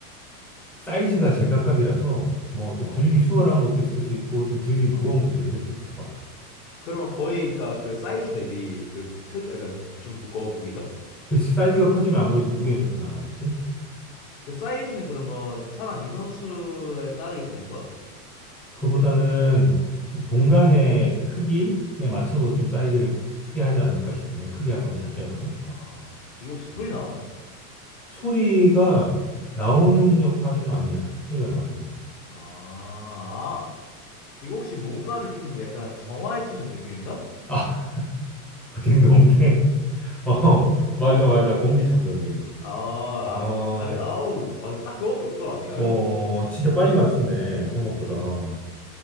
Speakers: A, in the centre; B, on the left.
A: 사이즈가 제각각이라서, 뭐, 좀
B: 어,
A: 들기 수월한 것도 있을 수 있고, 좀 들기 무거운
B: 어.
A: 것도 있을 수 있을 것 같아.
B: 그러면 거의 그러니까 그 사이즈 대비 그 크기, 아, 그좀 무거워 무게가?
A: 그렇지, 사이즈가 커지면 아무래도 무게는 좀 더 나가겠지?
B: 그 사이즈는 그러면 사람 인원수에 따르게 다른 거야?
A: 그보다는 공간의 크기에 맞춰서 좀 사이즈를 크게 하지 않을까 싶은데, 크게 하거나 작게 하거나.
B: 아, 이거 혹시 소리 나와?
A: 소리가 나오는 역할은 아니야. 소리가 나오진 않아.
B: 아, 아, 이거 혹시 뭔가를 좀 약간 정화해주는 느낌인가?
A: 아, <laughs> 딩동댕. 어, 맞아,
B: 어,
A: 맞아. 공기청정기.
B: 아, 아,
A: 아,
B: 아, 아우, 아, 딱 그거밖에 없더라 생각을
A: 어,
B: 해보니까.
A: 진짜 빨리 맞췄네. 생각보다.
B: 음.